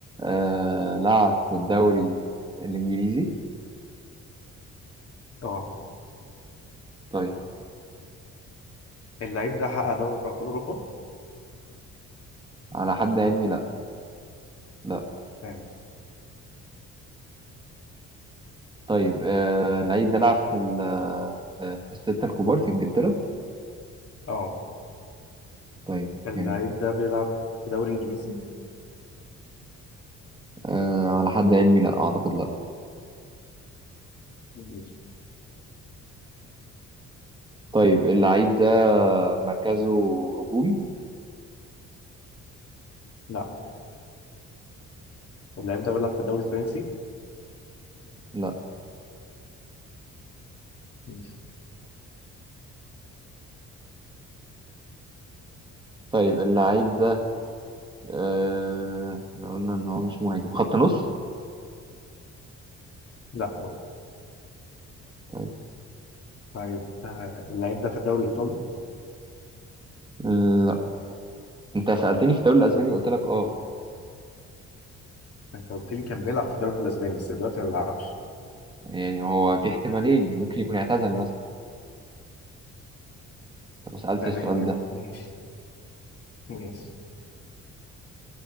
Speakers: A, on the right; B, on the left.
A: آه لعب في الدوري الانجليزي
B: اه
A: طيب
B: اللعيب ده حقق دوري ابطال اوروبا
A: على حد علمي لا لا
B: يعني
A: طيب آه اللعيب ده لعب في ال- آه، في الستة الكبار في انجلترا
B: اه
A: طيب
B: اللعيب
A: جميل
B: ده بيلعب في دوري انجليزي
A: آه على حد علمي لا اعتقد لا
B: ماشي.
A: طيب اللعيب ده مركزه هجوم
B: لا اللعيب ده بيلعب في الدوري الفرنسي
A: لا
B: ماشي.
A: طيب اللعيب ده آه... احنا قلنا ان هو مش مهاجم خط نص
B: لا
A: طيب
B: طيب آه، اللعيب ده في الدوري الايطالي
A: لا انت سألتني في الدوري الاسباني قلت لك اه
B: انت قلت لي كان بيلعب في الدوري الاسباني بس دلوقتي ما بيلعبش
A: يعني هو في احتمالين ممكن يكون اعتزل مثلا انت ما سألتش
B: تمام
A: السؤال ده
B: ماشي ماشي